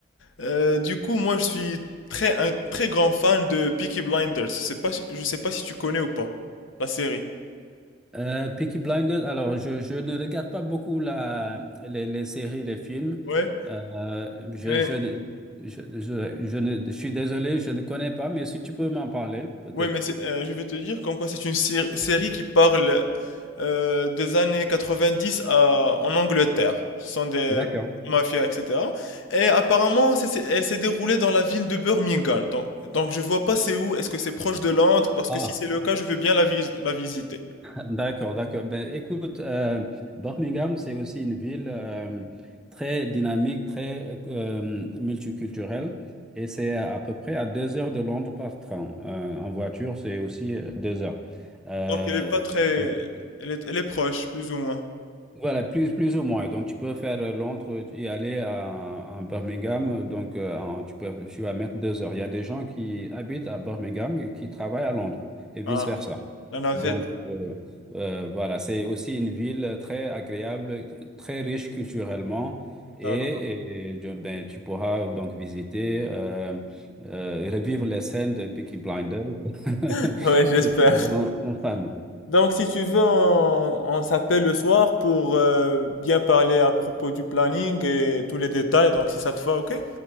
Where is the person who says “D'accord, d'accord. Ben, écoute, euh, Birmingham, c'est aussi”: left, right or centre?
Centre